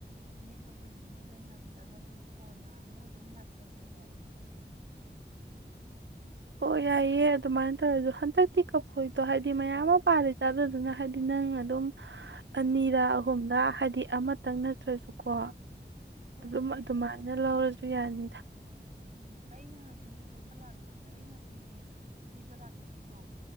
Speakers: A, on the right; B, on the right.
A: ꯐꯅꯦꯛ ꯂꯧꯕ ꯅꯨꯃꯤꯠꯇꯨꯗ ꯅꯪꯗ꯭ꯔꯒꯁꯨ ꯀꯣꯟꯅ ꯑꯃꯨꯛ ꯑꯗꯨꯝ ꯂꯥꯛꯆꯒꯦꯕ ꯑꯩ
B: ꯑꯣ ꯌꯥꯏꯑꯌꯦ ꯑꯗꯨꯥꯏꯅ ꯇꯧꯔꯖꯣ ꯍꯟꯇ ꯇꯤ ꯀꯞ ꯍꯣꯏꯗꯣ ꯍꯥꯏꯗꯤ ꯃꯌꯥꯝ ꯑꯃ ꯄꯥꯜꯂꯤ ꯆꯥ ꯑꯗꯨꯗꯨꯅ ꯍꯥꯏꯗꯤ ꯅꯪ ꯑꯗꯨꯝ ꯑꯅꯤꯔꯛ ꯑꯍꯨꯝꯗ ꯍꯥꯏꯗꯤ ꯑꯃꯇꯪ ꯅꯠꯇ꯭ꯔꯁꯨꯀꯣ
A: ꯍꯣꯏ
B: ꯑꯗꯨꯝ
A: ꯏꯆꯦ
B: ꯑꯗꯨꯃꯥꯏꯅ
A: ꯌꯥꯏꯌꯦ
B: ꯂꯧꯔꯁꯨ ꯁꯨ ꯌꯥꯅꯤꯗ
A: ꯎꯝ ꯑꯩꯅ ꯐꯅꯦꯛ ꯂꯧꯕ ꯂꯥꯛꯄꯒꯤ ꯑꯩꯅ ꯐꯅꯦꯛ ꯄꯤꯕ ꯂꯥꯛꯄꯒꯤꯗꯣ